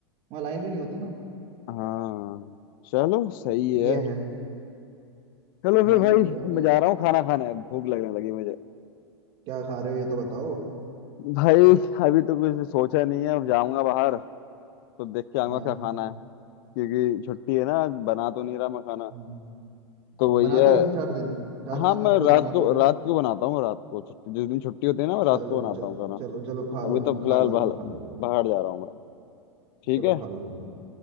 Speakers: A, on the right; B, on the left.
A: वहां लाइन भी नहीं होती ना
B: हाँ चलो सही है
A: ये है
B: चलो फिर
A: हाँ
B: भाई
A: ये तो यार
B: मैं
A: लेकिन
B: जा रहा हूँ खाना खाने अब भूख लगने लगी मुझे
A: क्या खा रहे हो ये तो बताओ
B: भाई अभी तो कुछ सोचा नहीं है अब जाऊंगा बाहर तो देख के आऊंगा
A: हाँ
B: क्या खाना है क्योंकि छुट्टी है ना आज बना तो नहीं रहा मैं खाना
A: हाँ
B: तो
A: तो
B: वही
A: बनाते
B: है
A: हो वैसे चार दिन चार
B: हाँ
A: पांच
B: मैं
A: दिन तो खुद
B: रात
A: बनाते
B: को
A: होगे
B: रात को बनाता हूँ रात को छुट्टी जिस दिन छुट्टी होती है ना मैं रात
A: चलो
B: को बनाता
A: चलो
B: हूँ खाना
A: चलो चलो खा
B: अभी
A: लो
B: तो
A: तुम
B: फिलहाल
A: खा लो
B: बाहर
A: तुम खा लो यार
B: बाहर जा रहा हूँ मैं ठीक
A: चलो
B: है
A: खा लो तुम खा लो